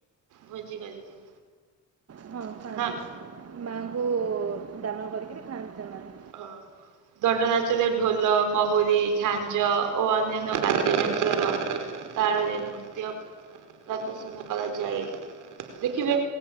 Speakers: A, on the right; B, on the right.
A: ଭୋଜି କରିକି
B: ହଁ ଖାଆନ୍ତି
A: ନା
B: ମାଙ୍କୁ ଦାନ କରିକରି ଖାଆନ୍ତି ସେମାନେ।
A: ହଁ। ଦଣ୍ଡନାଞ୍ଚରେ ଢୋଲ ମହୁୁରୀ ଝାଞ୍ଜ ଓ ଅନ୍ୟାନ୍ୟ ବାଦ୍ୟଯନ୍ତ୍ର ର ତାଳରେ ନୃତ୍ୟ ପ୍ରଦର୍ଶନ କରାଯାଏ ଦେଖିବେ।